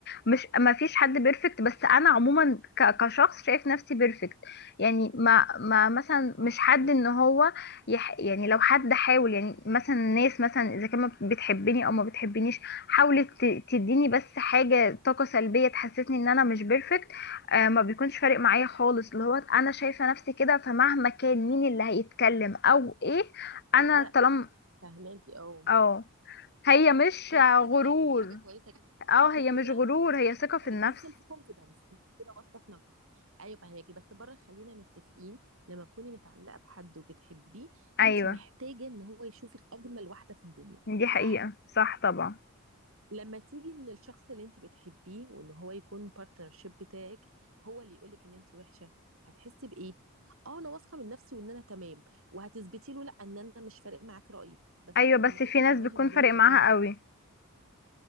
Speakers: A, on the left; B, on the right.
A: مش ما فيش حد بيرفكت بس انا عموما ك- كشخص شايف نفسي بيرفكت يعني ما ما مثلا مش
B: اه فاهماكي
A: حد ان هو يح يعني لو حد حاول يعني مثلا الناس مثلا اذا كان ما بتحبني او ما بتحبنيش حاولت ت- تديني بس حاجة طاقة سلبية تحسسني ان انا مش بيرفكت آه ما بيكونش فارق معايا خالص اللي هو انا شايفة نفسي كده فمهما كان مين اللي هيتكلم او ايه انا
B: ده ده
A: طالما
B: فاهماكي اه
A: اه هي مش
B: ده ده كده
A: غرور
B: يعني دي حاجه كويسه جدا
A: اه
B: انت
A: هي
B: كده
A: مش غرور هي ثقة في النفس
B: دي سيلف كونفيدنس انت كده واثقه في نفسك ايوه فاهماكي بس بره خلينا متفقين لما تكوني متعلقه بحد وبتحبيه
A: ايوه
B: انت محتاجه ان هو يشوفك اجمل واحده في الدنيا
A: دي
B: صح
A: حقيقة صح طبعا
B: لما تيجي من الشخص اللي انت بتحبيه وان هو يكون بارتنرشيب بتاعك هو اللي يقولك ان انت وحشه هتحسي بايه اه انا واثقه من نفسي وان انا تمام وهتثبتي له لا ان انا مش فارق معاك رايي بس
A: ايوه
B: انت
A: بس
B: لما تيجي
A: في ناس
B: تقعدي
A: بتكون
B: من
A: فارق
B: بينك
A: معاها
B: وبين نفسك
A: قوي